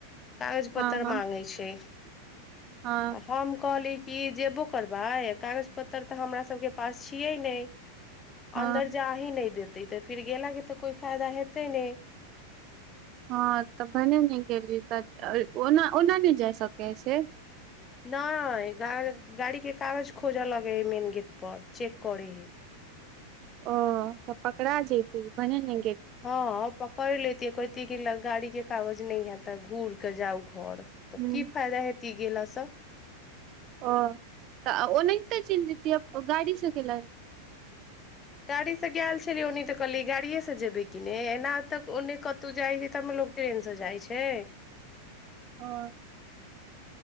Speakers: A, on the left; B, on the right.
A: कागज पतत्र
B: हँ हँ
A: माँंगे छै
B: हँ
A: हम कहली क जेबो करबै कागज पत्तर तऽ हमरा सबके पास छियै ने
B: हँ
A: अन्दर जा ही नहि देत तऽ तऽ फिर गेला तऽ कोइ फायदा हेतै नहि
B: हँ तऽ भने नहि गेली तऽ ओना ओना नहि जाइ सके है से
A: नहि गाड़ गाड़ी के कागज खोजऽ लगे हइ मेन गेट पर चेक करे हइ
B: ओ तऽ पकड़ा जती भने ने
A: <unintelligible> केलक गाड़ी के कागज नहि है तऽ घूर के जाउ घर तऽ
B: हूँ
A: की फायदा हेतै गेलासँ
B: ओ तऽ ओनाहिते चलि जतियै गाड़ी स कैलाए
A: गाड़ीसँ गेल छलियै ओन्नी तऽ कहलियै गाड़िएसँ जेबै की ने एना तक ओन्ने कतहु जाइ छै तब न लोक ट्रेनसँ जाइ छै
B: आ